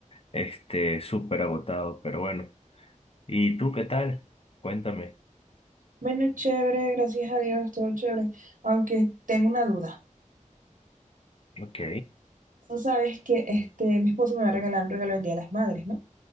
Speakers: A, on the left; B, on the right.
A: este, súper agotado, pero bueno. ¿Y tú qué tal? Cuéntame.
B: Bueno, chévere, gracias a Dios, todo chévere. Aunque tengo una duda.
A: Ok.
B: Tú sabes que este, mi esposo me va a regalar un regalo el Día de las Madres, ¿no?